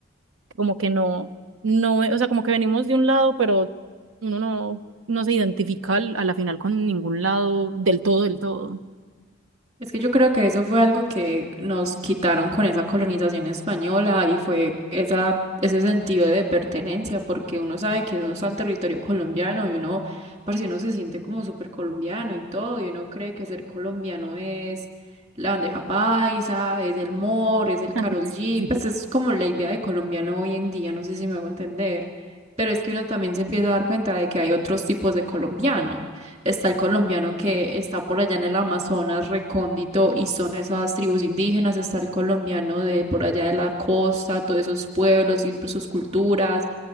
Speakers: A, on the right; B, on the right.
A: como que no, no, o sea, como que venimos de un lado, pero uno no, no se identifica al- a la final con ningún lado del todo, del todo.
B: Es que yo creo que eso fue algo que nos quitaron con esa colonización española y fue esa, ese sentido de pertenencia, porque uno sabe que uno está en territorio colombiano y uno, parce, uno se siente como súper colombiano y todo, y uno cree que ser colombiano es la bandeja paisa, es el mor, es el Karol
A: <laughs>
B: G,
A: Sí.
B: pues es como la idea de colombiano hoy en día, no sé si me hago entender, pero es que uno también se empieza a dar cuenta de que hay otros tipos de colombiano está el colombiano que está por allá en el Amazonas, recóndito, y son esas tribus indígenas, está el colombiano de por allá de la costa, todos esos pueblos y pues, sus culturas,